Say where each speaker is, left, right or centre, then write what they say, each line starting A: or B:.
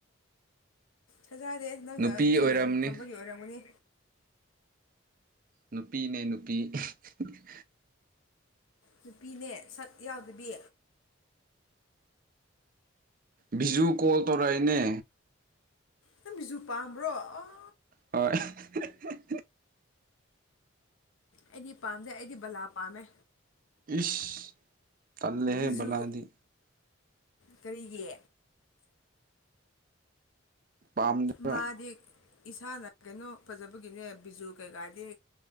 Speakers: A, on the left; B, on the right.
A: ꯊꯥꯖꯗꯦ ꯅꯪꯅ
B: ꯅꯨꯄꯤ ꯑꯣꯏꯔꯝꯅꯤ
A: ꯁꯥꯏꯂꯦꯟ ꯊꯝꯕꯒꯤ ꯑꯣꯏꯔꯝꯒꯅꯤ
B: ꯅꯨꯄꯤꯅꯦ ꯅꯨꯄꯤ <unintelligible>
A: ꯅꯨꯄꯤꯅꯦ ꯁꯛ ꯌꯥꯎꯗꯕꯤ
B: ꯕꯤꯖꯨ ꯀꯣꯜ ꯇꯧꯔꯑꯦꯅꯦ
A: ꯅꯪ ꯕꯤꯖꯨ ꯄꯥꯝꯕ꯭ꯔꯣ ꯑꫭ
B: ꯍꯣꯏ <unintelligible>
A: ꯑꯩꯗꯤ ꯄꯥꯝꯗꯦ ꯑꯩꯗꯤ ꯕꯂꯥ ꯄꯥꯝꯃꯦ
B: ꯏꯁ ꯇꯜꯂꯦꯍꯦ
A: ꯕꯤꯖꯨ
B: ꯕꯂꯥꯗꯤ
A: ꯀꯔꯤꯒꯤ
B: ꯄꯥꯝꯗꯦꯕ
A: ꯃꯥꯗꯤ ꯏꯁꯥꯅ ꯀꯩꯅꯣ ꯐꯖꯕꯒꯤꯅꯦ ꯕꯤꯖꯨ ꯀꯩꯀꯥꯗꯤ